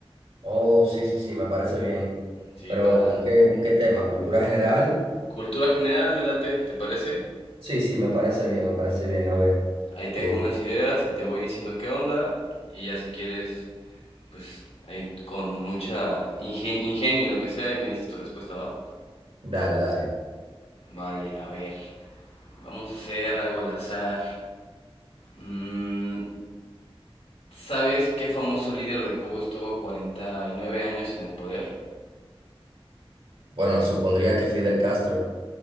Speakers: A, on the right; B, on the left.
A: Oh, sí, sí, sí, me parece bien.
B: Sí,
A: Pero
B: para
A: ¿con qué, con qué tema? ¿Cultura general?
B: cultura general, me late, ¿te parece?
A: Sí, sí, me parece bien, me parece bien. A ver,
B: Ahí tengo
A: eh,
B: unas ideas y te voy diciendo qué onda. Y ya si quieres, pues ahí con mucha ingen- ingenio y lo que sea, y me dices tu respuesta, ¿va?
A: dale, dale.
B: Vale, a ver. Vamos a hacer algo al azar. Mm, ¿Sabes qué famoso líder de Cuba estuvo 49 años en el poder?
A: Bueno, supondría que Fidel Castro.